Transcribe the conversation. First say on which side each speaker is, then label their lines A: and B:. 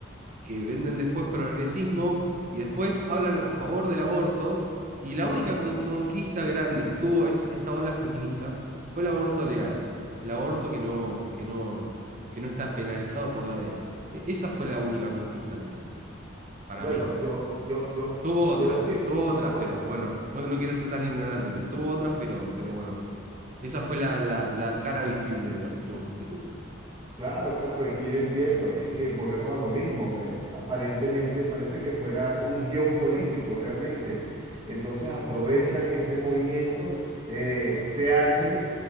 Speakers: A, on the right; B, on the right.
A: que venden después progresismo y después hablan a favor del aborto. Y la única
B: <laughs>
A: con- conquista grande que tuvo este- esta ola feminista fue el aborto legal, el aborto que no, que no, que no está penalizado por la ley. E- esa fue la única conquista que tuvo, para
B: Bueno,
A: mí.
B: yo, yo, yo,
A: Tuvo otras,
B: yo sí,
A: tuvo otras,
B: ok,
A: pero bueno, no, no quiero ser tan ignorante, pero tuvo otras, pero, pero bueno, esa fue la, la- la cara visible de los triunfos que tuvo.
B: Claro, claro, es que yo entiendo, y es que volvemos a lo mismo. eh, aparentemente parece que fuera un guión político realmente. Y entonces aprovechan este movimiento, eh, se hacen,